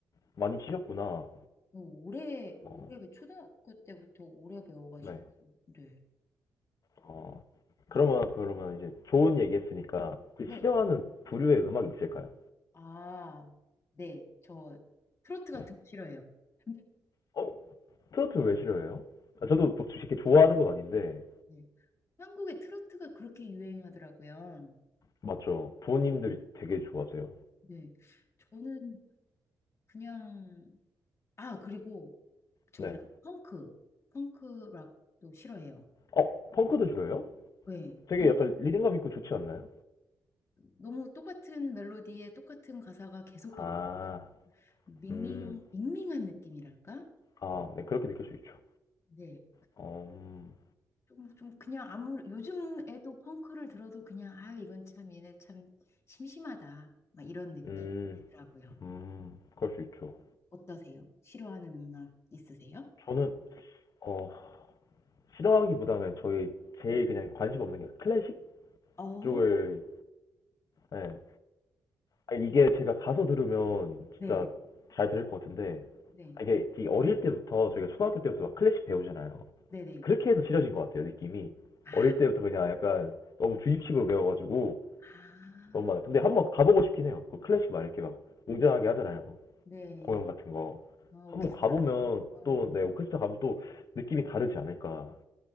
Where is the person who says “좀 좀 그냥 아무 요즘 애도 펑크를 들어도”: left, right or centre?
Left